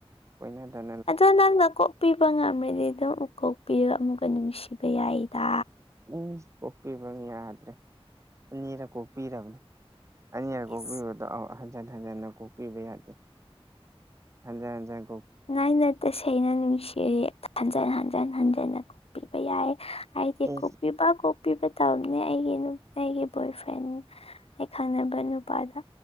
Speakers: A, on the right (about 30°); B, on the left (about 70°).
A: ꯀꯣꯏꯗꯅ
B: ꯑꯗꯣ ꯅꯪꯅ ꯀꯣꯛꯄꯤꯕ ꯉꯝꯔꯗꯤ ꯑꯗꯨ ꯑꯃꯨꯛ ꯀꯣꯛꯄꯤꯔꯒ ꯑꯃꯨꯛꯀ ꯅꯨꯡꯁꯤꯕ ꯌꯥꯏꯗ
A: ꯎꯝ ꯀꯣꯛꯄꯤꯕ ꯌꯥꯗ꯭ꯔꯦ ꯑꯅꯤꯔꯛ ꯀꯣꯛꯄꯤꯔꯕꯅꯤ ꯑꯅꯤꯔꯛ ꯀꯣꯛꯄꯤꯕꯗꯣ
B: ꯏꯁ
A: ꯍꯟꯖꯟ ꯍꯟꯖꯟꯅ ꯀꯣꯛꯄꯤꯕ ꯌꯥꯗꯦ ꯍꯟꯖꯟ ꯍꯟꯖꯟ
B: ꯅꯥꯥꯏꯅ ꯇꯁꯦꯡꯅ ꯅꯨꯡꯁꯤ ꯍꯟꯖꯤꯟ ꯍꯟꯖꯤꯟ ꯍꯟꯖꯤꯟꯅ ꯀꯣꯛꯄꯤꯕ ꯌꯥꯏ ꯍꯥꯏꯗꯤ
A: ꯑꯦꯁ
B: ꯀꯣꯛꯄꯤꯕ ꯄꯤꯕ ꯇꯕꯅꯦ ꯑꯩꯒꯤ ꯑꯩꯒꯤ ꯕꯣꯏ ꯐ꯭ꯔꯦꯟ ꯑꯩ ꯈꯪꯅꯕ ꯅꯨꯄꯥꯗ